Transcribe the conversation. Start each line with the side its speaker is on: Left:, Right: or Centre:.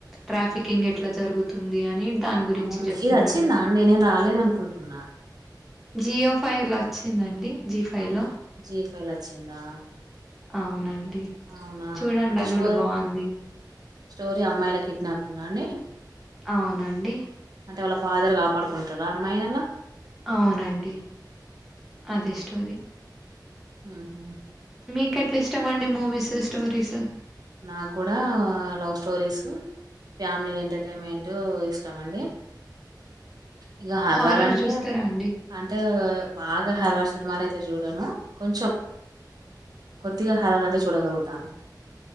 Centre: ట్రాఫికింగ్ ఎట్ల జరుగుతుంది అని దాని గురించి
Right: అవునా
Centre: చెప్పిండ్రు
Right: ఇది వచ్చిందా
Centre: అది
Right: అండి నేను రాలేదు అనుకుంటున్నా
Centre: జియో ఫైవ్ లో వచ్చిందండి జీ ఫైవ్
Right: ఒకే
Centre: లో
Right: జీ ఫైవ్ లో వచ్చిందా
Centre: అవునండి
Right: అవునా
Centre: చూడండి
Right: అంటే
Centre: అది
Right: స్టోరీ
Centre: కూడ బాగుంది
Right: స్టోరీ అమ్మాయిల కిడ్నాపింగ్ ఆ అండి
Centre: అవునండి
Right: అంటే వాళ్ళ ఫాదర్ కాపాడుకుంటాడా అమ్మాయిని అల
Centre: అవునండి అదే స్టోరీ
Right: హు హు
Centre: మీకు ఎట్లా ఇష్టం అండి మూవీస్ స్టోరీస్
Right: నాకు కూడా లవ్ స్టోరీసు ఫ్యామిలీ ఎంటర్టైన్మెంటు ఇష్టం అండి ఇంగ హర్రార్
Centre: హారర్
Right: అంటే
Centre: చూస్తారా అండి?
Right: అంటే బాగా హరర్ సినిమాలయితే చూడను కొంచెం కొద్దిగా హారర్ అయితే చూడగలుగుతాను